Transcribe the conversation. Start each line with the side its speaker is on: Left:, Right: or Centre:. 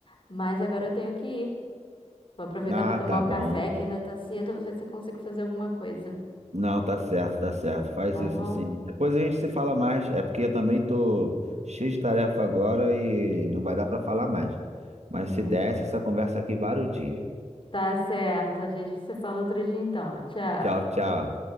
Left: Mas agora eu tenho que ir. Vou aproveitar
Right: Ah,
Left: para tomar
Right: tá
Left: um
Right: bom.
Left: café, que ainda tá cedo. Vou ver se eu consigo fazer alguma coisa.
Right: Não, tá certo, tá certo. Faz
Left: Tá
Right: isso
Left: bom?
Right: sim. Depois a gente se fala mais. É porque eu também tô cheio de tarefa agora e não vai dar pra falar mais. Mas
Left: Entendi.
Right: se desse, essa conversa aqui vários dias.
Left: Tá certo, gente. você fala outro dia então. Tchau.
Right: Tchau, tchau.